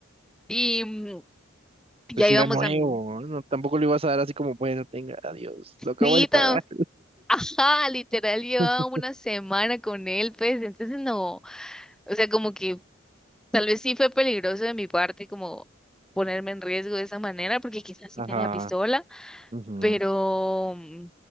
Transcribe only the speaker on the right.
pues
si
era nuevo,
no, tampoco le ibas a dar así como, bueno, tenga, adiós, lo acabo
de pagar.
<laughs>
Ajá.
ujú.